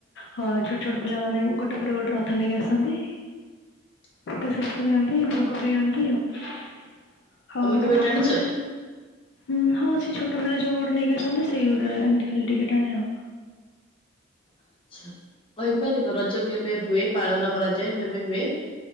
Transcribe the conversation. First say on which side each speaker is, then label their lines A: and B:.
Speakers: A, on the left (about 60°); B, on the left (about 25°).
A: ଛୋଟ ଛୋଟ ପିଲାମାନେ ଗୋଟେ ପରେ ଗୋଟେ ରଥ ନେଇକି ଆସନ୍ତି।
B: <inaudible>
A: ପଇସାପତ୍ର ନିଅନ୍ତି ଭୋଗ ବି ନିଅନ୍ତି ଆଉ। ଆଉ
B: ତମେ
A: ଆମର
B: କେବେ
A: ପାଖରେ
B: ଟାଣିଛ?
A: ହୁଁ ହଁ ସେ ଛୋଟ ପିଲା ଯୋଉ ଗୁଡା ନେଇକି ଆସନ୍ତି ସେଇଗୁଡା ଏମତି ଖାଲି ଟିକେ ଟାଣେ ଆଉ।
B: ଆଛା କହିପାରିବ ରଜ କେବେ ହୁଏ? ପାଳନ କରାଯାଏ କେବେ ହୁଏ?